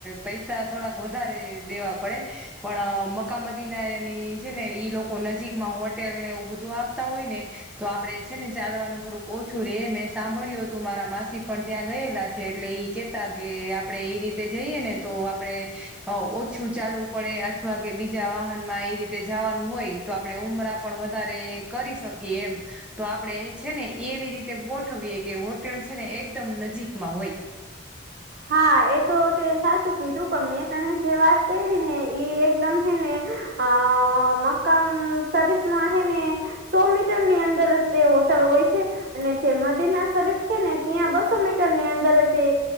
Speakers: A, in the centre; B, on the right.
A: પૈસા થોડાક વધારે દેવા પડે પણ મકામદીના એની છે ને ઈ લોકો નજીકમાં હોટેલ ને એવું બધું આપતા હોય ને તો આપડે છે ને ચાલવાનું થોડુંક ઓછું રે એમ મેં સાંભળ્યું હતું મારા માસી પણ ત્યાં ગયેલા છે એટલે ઈ કેતા કે આપડે એ રીતે જઈએ ને તો આપણે ઓછું ચાલવું પડે અથવા કે બીજા વાહન માં એ રીતે જવાનું હોય તો આપણે ઉમરા પણ વધારે કરી શકીએ એમ તો આપડણે છે ને એવી રીતે ગોઠવીએ કે હોટેલ છે ને એકદમ નજીકમાં હોય
B: હા એ તો તે સાચું કીધું પણ મેં તને જે વાત કરી ને ઈ એકદમ છે ને અ મક્કામ સરીસ ન હ ને સો મીટર ની અંદર જ તે હોટલ હોય છે અને જે મદીના શરીફ છે ને ત્યાં બસો મીટરની અંદર જે